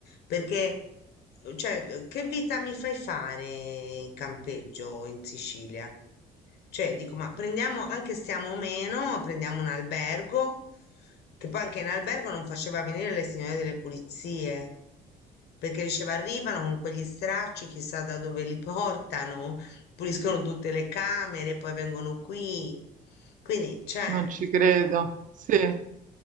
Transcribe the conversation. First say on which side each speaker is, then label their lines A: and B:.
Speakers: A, on the left; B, on the right.
A: perché, cioè, che vita mi fai fare in campeggio in Sicilia? Cioè, dico, ma prendiamo, anche stiamo meno, prendiamo un albergo, che poi anche in albergo non faceva venire le signore delle pulizie, perché diceva, arrivano con quegli stracci, chissà da dove li portano, Puliscono tutte le camere, poi vengono qui. Quindi, cioè,
B: Non ci credo. Sì,